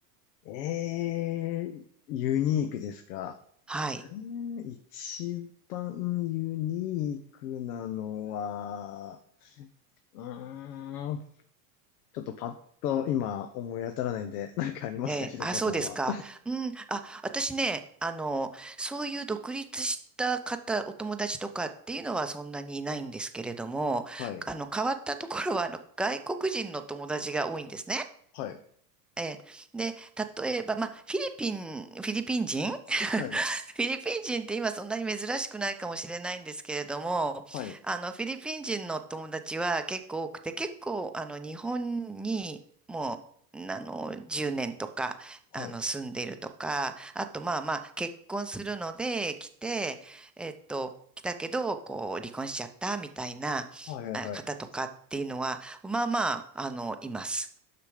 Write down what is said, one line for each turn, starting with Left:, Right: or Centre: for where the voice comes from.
Left: ええ、ユニークですか。
Centre: はい。
Left: えー一番ユニークなのは、うーん、ちょっとパッと今思い当たらないんで、なんかありますか、
Centre: ええ、
Left: ひろこさんは。
Centre: あ、そうですか。うん、あ、私ね、あの、そういう独立した方、お友達とかっていうのはそんなにいないんですけれども、
Left: はい、
Centre: あの、変わったところは、あの、外国人の友達が多いんですね。
Left: はい、
Centre: ええ、で、例えば、まあ、フィリピン、フィリピン人
Left: はい、
Centre: フィリピン人って今そんなに珍しくないかもしれないんですけれども、
Left: はい、
Centre: あの、フィリピン人の友達は結構多くて、結構、あの、日本にもう、あの、10年とか、
Left: はい、
Centre: あの、住んでるとか、あと、まあまあ、結婚するので来て、えっと、来たけど、こう、離婚しちゃったみたいなあ方とかっていうのは、
Left: はい、はい。
Centre: まあまあ、あの、います。